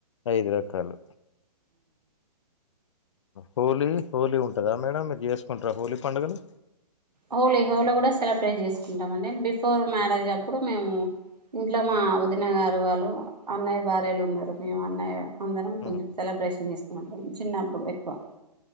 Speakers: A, on the left; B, on the right.
A: ఐదు రకాలు హోలీ హోలీ ఉంటందా మేడం మీరు చేసుకుంటార హోలీ పండుగలు
B: హోలీ హోలీ కూడా సెలబ్రేట్ చేసుకుంటాం అండి బిఫోర్ మ్యారేజ్ అప్పుడు మేము ఇంట్లో మా వదిన గారు వాళ్ళు అన్నయ్య భార్యలు
A: ఉమ్,
B: ఉన్నారు మేము అన్నయ్య అందరం కొంచెం
A: ఉమ్,
B: సెలబ్రేషన్ చేసుకుంటం చిన్నప్పుడు ఎక్కువ